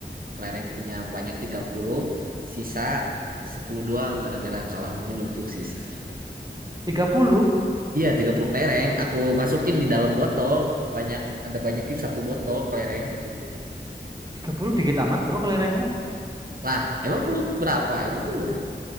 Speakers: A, on the right; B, on the right.
A: Kelereng punya banyak 30 sisa 10 doang gara-gara kalah mulu itu sisa.
B: tiga puluh
A: Iya 30 kelereng, aku masukin di dalam botol, banyak ada banyak itu satu botol kelereng satu.
B: tiga puluh dikit amat bro kelerengmu
A: Lah, emang lu berapa? Emang lu berapa?